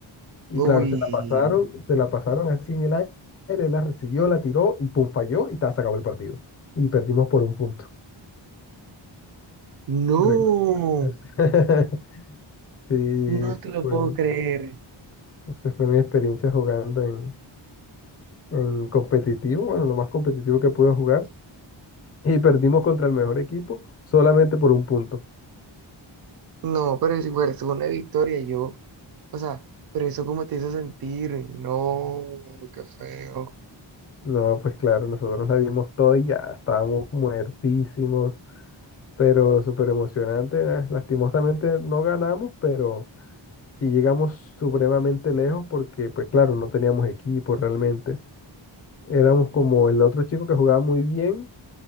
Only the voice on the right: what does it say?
Uy.
No.
No
te lo
puedo creer.
No, pero si fuera una victoria, yo. O sea, pero eso cómo te hizo sentir. No, qué feo.